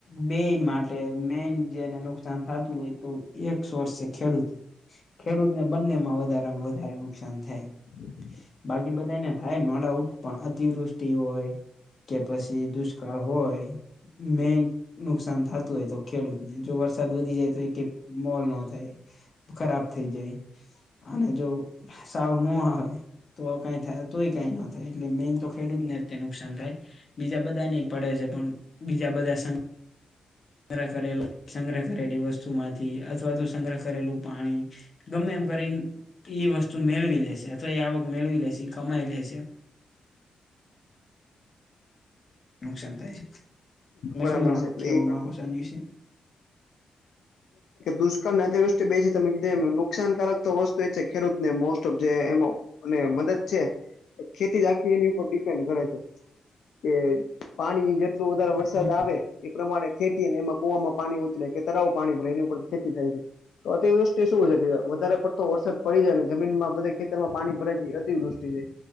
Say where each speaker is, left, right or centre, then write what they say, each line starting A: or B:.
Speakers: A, on the left (about 40°); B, on the left (about 75°).
A: બે માટે મેન જેને નુકસાન થતું હોય તો. એકસોર્સ છે ખેડૂત ખેડૂતને બંને માં વધારેમાં વધારે નુકસાન થાય.
B: હમ.
A: બાકી બધાને થાય નો ડાઉટ પણ અતિવૃષ્ટિ હોય કે પછી દુષ્ કાળ હોય મેન નુકસાન થતું હોય તો ખેડૂતને જો વરસાદ વધી જાય તો એ મોલ ન થાય. ખરાબ થઈ જાય અને જો સાવ ન હોય. તો કઈ થાય તોય કંઈ ન થાય એટલે મેઈન તો ખેડૂતને જ નુકસાન થાય. બીજા બધા નહી પડે છે પણ બીજા બધા સ સંગ્રહ કર સંગ્રહ કરેલી વસ્તુ માંથી અથવા તો સંગ્રહ કરેલું પાણી. ગમે એમ કરી એ વસ્તુ મેળવી લેશે અથવા એ આવક મેળવી લેશે કમાઈ લેશે. નુકસાન થાય છે,
B: છે
A: ત
B: બરાબર
A: શું જાણો
B: છે એટલે
A: કે
B: એ પ્રમાણે
A: માગો શ છે
B: દુષ્કાળની અતિવૃષ્ટિ બે તમે કીધ નુકસાનકારક વસ્તુ એ છે ખેડૂતને મોસ્ટફ જે એમાં અને મદદ છે ખેતી રાખી એની ઉપર ડિપેન્ડ કરે છે. કે પાણી જ કેટલો વધારે વરસાદ
A: હમ
B: આવે એ પ્રમાણે ખેતીને એમાં કુવામાં પાણી ઉતરે કે તરાવ પાણી ભરાઈ એની ઉપર ખેતી થાય છે. તો અતિવૃષ્ટિ શું છે વધારે પડતો વરસાદ પડી જાય ને જમીનમાં બધે ખેતરમાં પાણી ભરા જાય અતિવૃષ્ટિ છે.